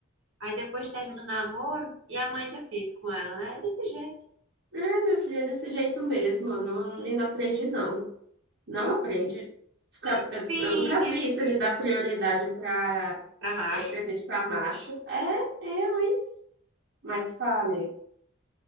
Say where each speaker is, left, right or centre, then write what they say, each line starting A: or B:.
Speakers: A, on the right; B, on the right.
A: Aí depois termina o namoro e a mãe ainda fica com ela, né? É Desse jeito.
B: É, meu filho, é desse jeito mesmo, não, e não aprende não. Não aprende. Fica-
A: Enfim,
B: Eu nunca
A: minha
B: vi
A: filha.
B: isso de dar prioridade para
A: para macho.
B: presente para macho. É, é ruim. Mas fale.